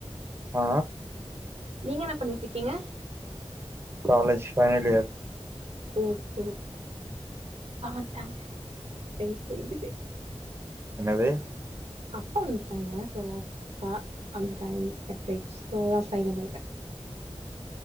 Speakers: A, on the right; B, on the right.
A: ஆ
B: நீங்க என்ன பண்ணிட்டு இருக்கீங்க
A: college final year
B: okay okay ஆ வந்ட்டாங்க நைட்டு தூங்கிட்டே
A: என்னது
B: அப்பா வந்துட்டாங்க ஸோ அப்பா அங்கு பாதிலேயே கட் ஆயிடுச்சு ஸோ சைலன்ட் ஆயிட்டே